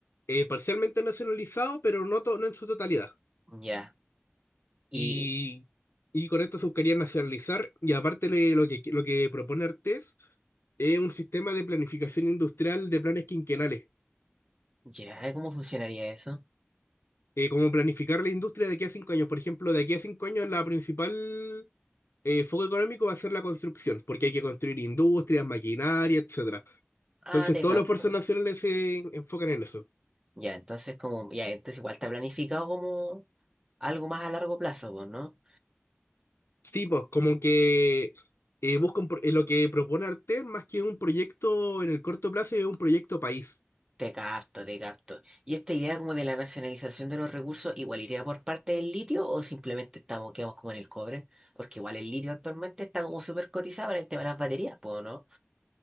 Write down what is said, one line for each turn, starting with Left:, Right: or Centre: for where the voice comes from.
Left: eh, parcialmente nacionalizado, pero no, to- no en su totalidad.
Right: Ya. Y
Left: Y, y con esto se buscaría nacionalizar y aparte le- lo que, lo que propone Artés es un sistema de planificación industrial de planes quinquenales.
Right: ya, ¿cómo funcionaría eso?
Left: Eh, como planificar la industria de aquí a cinco años. Por ejemplo, de aquí a cinco años la principal eh, foco económico va a ser la construcción, porque hay que construir industrias, maquinaria, etcétera.
Right: Ah,
Left: Entonces,
Right: te
Left: todos
Right: capto.
Left: los esfuerzos nacionales se enfocan en eso.
Right: Ya, entonces como, ya, entonces igual está planificado como algo más a largo plazo, pues, ¿no?
Left: Sí, pues, como que eh, buscan pro- eh, lo que propone Arte, más que un proyecto en el corto plazo, es un proyecto país.
Right: Te capto, te capto. ¿Y esta idea como de la nacionalización de los recursos igual iría por parte del litio o simplemente estamos, quedamos como en el cobre? Porque igual el litio actualmente está como súper cotizado en el tema de las baterías, ¿puedo no?